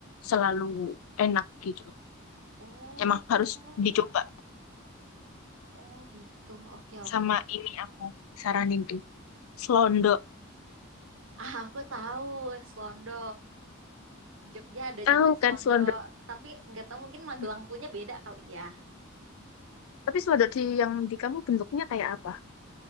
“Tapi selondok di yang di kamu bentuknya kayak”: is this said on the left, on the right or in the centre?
Left